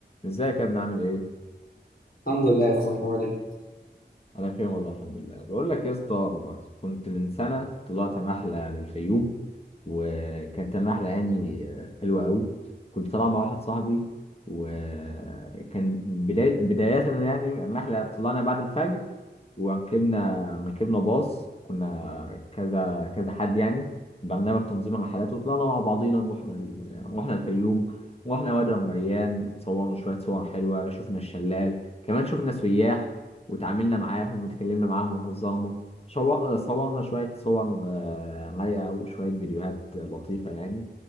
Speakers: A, on the left; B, on the left.
A: ازيك يا ابني عامل ايه؟
B: الحمد لله يا اخويا عامل ايه
A: انا بخير والله الحمد لله بقول لك يا اسطى كنت من سنه طلعت رحله للفيوم وكانت الرحله يعني آه، حلوه قوي كنت طالع مع واحد صاحبي وكان بدايه بدايه يعني الرحله طلعنا بعد الفجر وركبنا ركبنا باص كنا كذا كذا حد يعني برنامج تنظيم الرحلات وطلعنا مع بعضينا رحنا ال- رحنا الفيوم رحنا وادي الريان اتصورنا شوية صور حلوة شفنا الشلال كمان شفنا سياح وتعاملنا معاهم واتكلمنا معاهم وهزرنا شو- صورنا شوية صور آه، رايقة وشوية فيديوهات لطيفة يعني